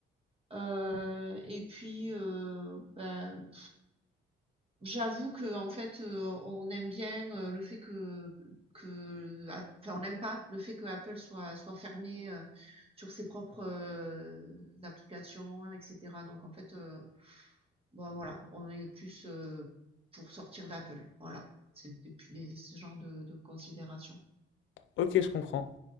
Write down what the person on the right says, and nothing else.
heu et puis, heu, ben J'avoue que en fait, heu, on aime bien, heu, le fait que que a enfin, on n'aime pas le fait que Apple soit soit fermé, heu, sur ses propres, heu, applications et cetera. Donc en fait, heu, bah, voilà, on est plus, heu, pour sortir d'Apple. Voilà, c'est depuis des ce genre de de considération.